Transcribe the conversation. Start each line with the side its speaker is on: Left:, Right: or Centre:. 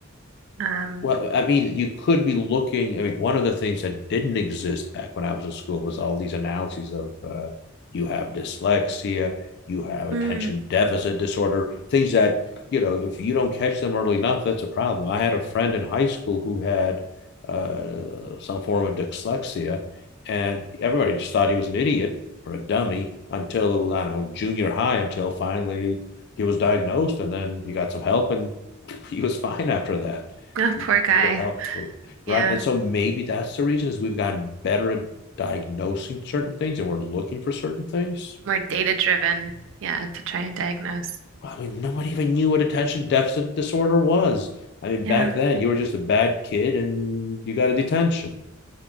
Right: um,
Left: Well, I mean, you could be looking. I mean, one of the things that didn't exist back when I was in school was all these analyses of uh, you have dyslexia, you have
Right: mm,
Left: attention deficit disorder, things that, you know, if you don't catch them early enough, that's a problem. I had a friend in high school who had uh, some form of dyslexia, and everybody just thought he was an idiot or a dummy until, I don't know, junior high, until finally he was diagnosed and then he got some help and <laughs> he was fine after that
Right: oh,
Left: you
Right: poor
Left: just
Right: guy.
Left: needed help, who,
Right: Yeah,
Left: right? And so maybe that's the reason is we've gotten better at diagnosing certain things and we're looking for certain things.
Right: more data driven. Yeah, to try and diagnose.
Left: I mean, nobody even knew what attention deficit disorder was. I mean,
Right: Yeah,
Left: back then you were just a bad kid and you got a detention.